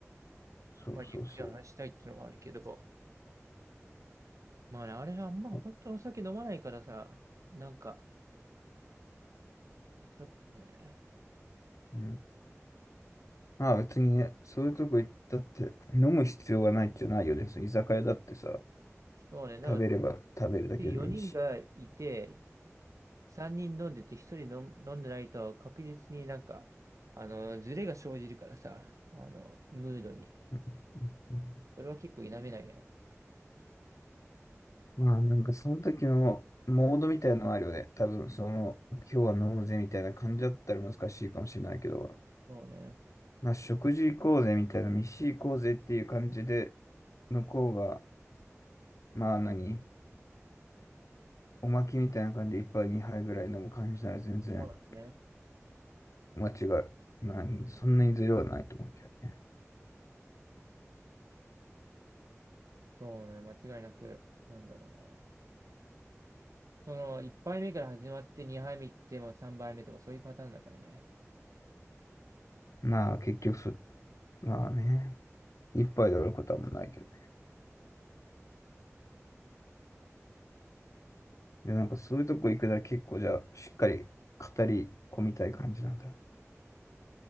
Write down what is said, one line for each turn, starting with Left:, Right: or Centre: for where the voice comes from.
Left: そうそうそ
Right: まあ、ゆっくり話したいっていうのはあるけど。まあね、あれはまあんま本当お酒飲まないからさ、
Left: う。
Right: なんか、ちょっとね、
Left: うん。まあ別にね、そういうとこ行ったって、飲む必要がないってないよね。その居酒屋だってさ、
Right: そうね、でも
Left: 食べれば食べるだけでもいいし。
Right: 4人がいて、3人飲んでて1人飲ん飲んでないと確実になんか、あの、ズレが生じるからさ、あの、ムードに。
Left: うんうんうん
Right: それは結構否めないや。
Left: まあなんかその時のモードみたいなのあるよね。多分その、今日は飲むぜみたいな感じだったら難しいかもしれないけど、
Right: そうね。
Left: まあ、食事行こうぜみたいな、飯行こうぜっていう感じで、向こうが、まあ何、おまきみたいな感じで一杯二杯ぐらい飲む感じなら全然
Right: そうだね。
Left: <clears throat> 間違い、まあ、そんなにずれはないと思うけどね。
Right: そうね、間違いなく、なんだろうな。その、1杯目から始まって2杯目行っても3杯目とかそういうパターンだからね。
Left: まあ結局そ、まあね、一杯で終わることはもうないけどね。で、なんかそういうとこ行くなら結構じゃあ、しっかり語り込みたい感じなんだ。